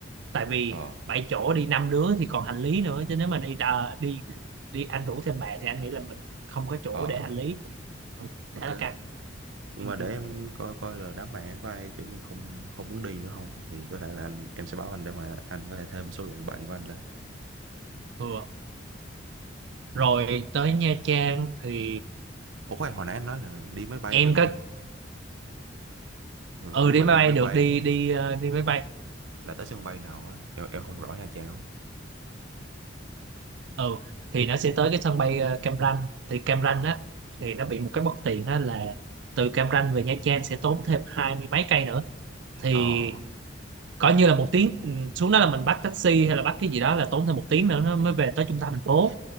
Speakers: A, on the right (about 65°); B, on the right (about 80°).
A: tại vì
B: ờ
A: 7 chỗ đi năm đứa thì còn hành lý nữa chứ nếu mà đi đà, đi đi anh rủ thêm bạn thì anh nghĩ là mình không có chỗ
B: ờ
A: để hành lý ừ, khá
B: ok
A: là căng
B: nhưng
A: ừ,
B: mà để
A: ừ,
B: em coi coi là đám bạn em có ai kiểu như không không muốn đi nữa không thì có thể là anh em sẽ báo anh để mà anh có thể thêm số lượng bạn của anh lên
A: vừa rồi tới Nha Trang thì
B: ủa khoan hồi nãy anh nói là đi máy bay
A: em
B: được
A: có
B: không anh ừ,
A: ừ
B: nếu
A: đi
B: mà
A: máy
B: đi
A: bay
B: máy
A: được
B: bay
A: đi đi ờ, đi máy bay
B: là tới sân bay nào á em em không rõ Nha Trang không
A: ừ thì nó sẽ tới cái sân bay ờ, Cam Ranh thì Cam Ranh
B: ờ
A: á thì nó bị một cái bất tiện á là từ Cam Ranh về Nha Trang sẽ tốn thêm hai mươi mấy cây nữa thì
B: ờ
A: coi như là một tiếng ừ, xuống đó là mình bắt taxi hay là bắt cái gì đó là tốn thêm một tiếng nữa nó mới về tới trung tâm thành phố